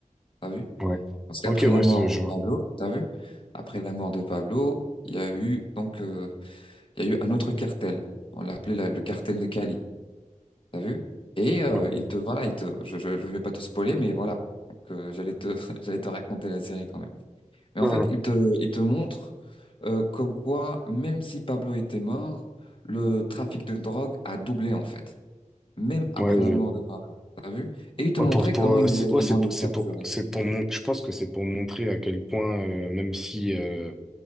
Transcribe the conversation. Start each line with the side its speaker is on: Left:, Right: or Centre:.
Left: T'as vu?
Centre: ouais.
Left: Parce qu'après
Centre: Ok, ouais,
Left: la mort
Centre: c'est- je
Left: de
Centre: vois.
Left: Pablo, t'as vu? Après la mort de Pablo, il y a eu donc euh, il y a eu un autre cartel. On l'appelait la- le cartel de Cali. T'as vu? Et euh,
Centre: Ouais.
Left: il te voilà, il te, je, je, je vais pas te spoiler, mais voilà. Donc, euh, j'allais te, <laughs> j'allais te raconter la série quand même. Mais en
Centre: Hein.
Left: fait, il te, il te montre euh, comme quoi, même si Pablo était mort, le trafic de drogue a doublé en fait, même après
Centre: Ouais,
Left: la mort de Pablo. T'as vu? Et il te
Centre: Ouais,
Left: montrait
Centre: pour, pour,
Left: comment
Centre: euh,
Left: ils,
Centre: c'est,
Left: les-
Centre: ouais,
Left: ils
Centre: c'est,
Left: vont les
Centre: c'est
Left: capturer.
Centre: pour, c'est pour mon, je pense que c'est pour montrer à quel point, euh, même si euh,